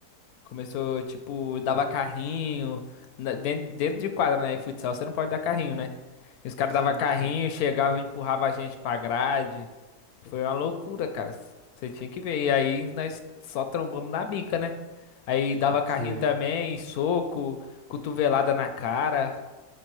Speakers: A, on the left; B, on the right.
A: começou, tipo, dava carrinho, na- dentro, dentro de quadra, né? E futsal você não pode dar carrinho, né? E os caras
B: Sim,
A: dava carrinho,
B: sim.
A: chegava, e empurrava a gente pra grade. Foi uma loucura, cara. Você tinha que ver. E aí nós só trombamos na bica, né? Aí dava carrinho
B: Sei.
A: também, soco, cotovelada na cara.